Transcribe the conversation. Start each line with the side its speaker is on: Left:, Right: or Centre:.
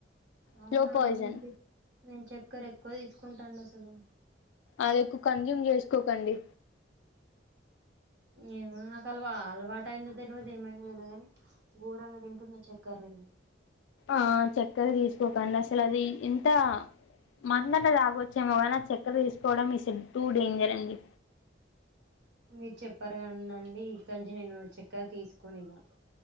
Right: అవునాండి
Left: స్లో పాయిజన్
Right: నేను చక్కర ఎక్కువ తీసుకుంటాను అసలు
Left: అది ఎక్కువ కన్జ్యూమ్ చేసుకోకండి
Right: ఎ నాకు అల అలవాటు అయిందో తెలియదు ఏమైందో తెలియని గోరంగా తింటున్న చక్కర్ నేను
Left: ఆ చక్కగా తీసుకోకండి అసలు అది ఇంత మందన్న తగ్గొచ్చేమోగని చక్కర తీసుకోవడం ఇట్స్ ఎ టూ డేంజర్ అండి
Right: మీరు చెప్పారు కందండి ఇక్కనుంచి నేను చక్కగా తీసుకోనిగా